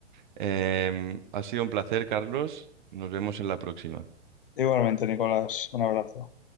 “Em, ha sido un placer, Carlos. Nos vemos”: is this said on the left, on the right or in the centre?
Right